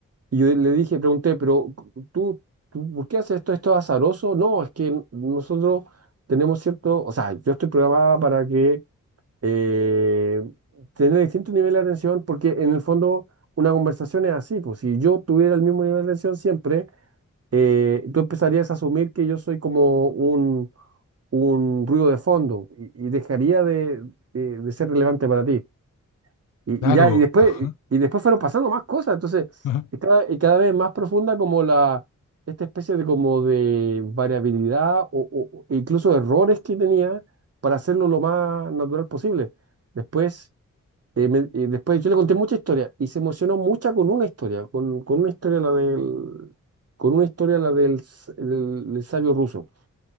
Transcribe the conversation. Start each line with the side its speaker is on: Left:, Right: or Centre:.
Right: Y yo le dije, pregunté, pero cu- tú, tú ¿por qué haces esto? ¿Esto es azaroso? No, es que n- nosotros tenemos cierto, o sea, yo estoy programada para que eh, tener distintos niveles de atención, porque en el fondo una conversación es así, pues si yo tuviera el mismo nivel de atención siempre, eh, tú empezarías a asumir que yo soy como un, un ruido de fondo y, y dejaría de, de- de ser relevante para ti. Y,
Left: Claro,
Right: y ya, y después,
Left: ajá,
Right: y, y después fueron pasando más cosas, entonces,
Left: ajá,
Right: y cada, y cada vez más profunda como la... Esta especie de como de variabilidad o, o o incluso errores que tenía para hacerlo lo más natural posible. Después, eh, me- eh, después yo le conté mucha historia y se emocionó mucha con una historia, con, con una historia la del, con una historia la del, s- del- del sabio ruso.